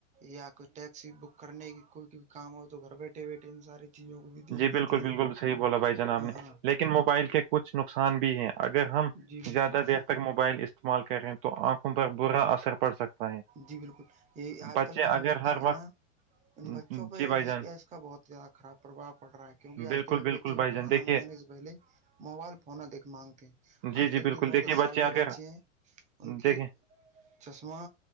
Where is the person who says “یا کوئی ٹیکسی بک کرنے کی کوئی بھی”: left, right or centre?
Right